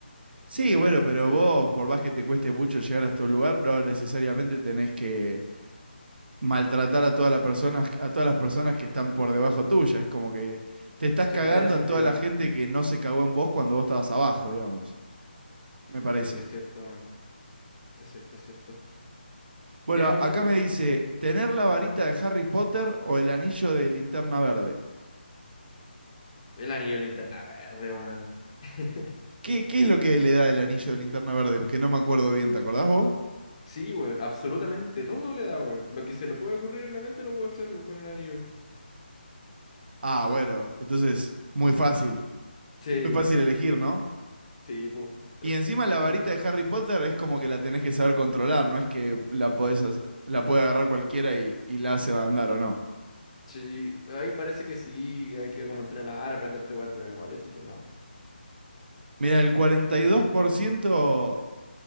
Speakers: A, on the right; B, on the left.
A: Sí,
B: La
A: bueno,
B: verdad que no
A: pero
B: tengo idea.
A: vos, por más que te cueste mucho llegar hasta un lugar, no necesariamente tenés que maltratar a todas las personas, a todas las personas que están por debajo tuya. Es como que te estás
B: Sí,
A: cagando
B: no tiene sentido.
A: en toda la gente que no se cagó en vos cuando vos estabas abajo, digamos. Me parece.
B: Sí, es cierto, weón. Es cierto, es cierto.
A: Bueno,
B: ¿Tienes otra
A: acá
B: pregunta?
A: me dice, ¿tener la
B: Bueno.
A: varita de Harry Potter o el anillo de linterna verde?
B: El anillo de linterna verde, weón. <laughs>
A: ¿Qué, qué es lo que le da el anillo de linterna verde? Porque no me acuerdo bien, ¿te acordás vos?
B: Sí, weón. Absolutamente todo le da, weón. Lo que se le puede ocurrir en la mente lo puede hacer, weón, con el anillo.
A: Ah, bueno, entonces, muy fácil.
B: Sí,
A: Muy fácil elegir, ¿no?
B: sí, pues.
A: Y encima la
B: Mm,
A: varita de Harry Potter es como que la tenés que saber controlar, no es que la podés, hac- la puede agarrar cualquiera y, y la hace andar o no.
B: Sí, ahí parece que sí, hay que como entrenar, aprenderte weas de memoria, así que no.
A: Mira, el 42%